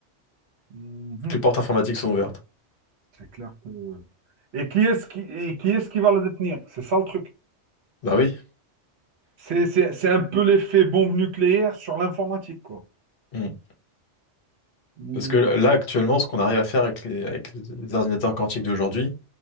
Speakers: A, on the right; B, on the left.
A: Mhm.
B: Toutes les portes informatiques sont ouvertes.
A: C'est clair que... Et qui est-ce qui, et qui est-ce qui va la détenir? C'est ça le truc.
B: Bah oui.
A: C'est, c'est, c'est un peu l'effet bombe nucléaire sur l'informatique, quoi.
B: Mm.
A: Hmm.
B: Parce que là actuellement ce qu'on arrive à faire avec les avec les les ordinateurs quantiques d'aujourd'hui,